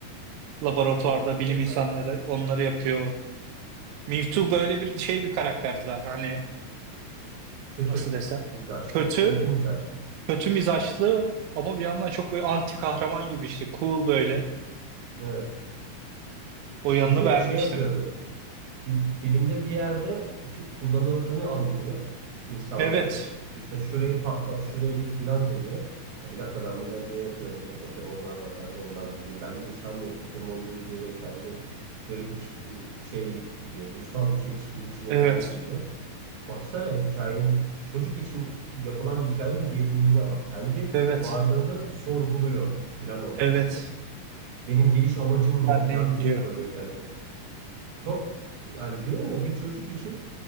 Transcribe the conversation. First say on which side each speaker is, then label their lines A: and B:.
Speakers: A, on the right; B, on the right.
A: Laboratuvarda
B: İşte üzerinden
A: bilim insanları onları yapıyor. Mewtwo böyle bir şey bir karakter zaten hani
B: kötü
A: nasıl desem
B: mizaçlı,
A: kötü,
B: kötü mizaçlı.
A: kötü mizaçlı ama bir yandan çok böyle anti kahraman gibi işte cool böyle
B: Evet.
A: o yanını
B: Çünkü
A: beğenmiştim.
B: şey yapıyordu. Fi- filmde bir yerde k- kullanıldığını anlıyor insanların.
A: Evet,
B: Çünkü işte şurayı patlat, şurayı yık filan deniyor. Ha bir dakika ben bunları niye yapıyorum? Burada Pokemon'lar var. Ben de onlar gibiyim. Ben insan mıyım, Pokemon muyum diye böyle kendi böyle bir ç- şey gidiyor. Ruhsal bir çelişkin içine
A: evet,
B: filan giriyor. Baksana hikayenin çocuk için yapılan bir hikayenin derinliğine bak. Kendi
A: evet,
B: varlığını sorguluyor filan orada
A: evet
B: Pokemon. Benim geliş amacım
A: ben
B: ne filan
A: neyim
B: diyor
A: diyor.
B: soruyor kendine. Çok yani diyorum ya bir çocuk için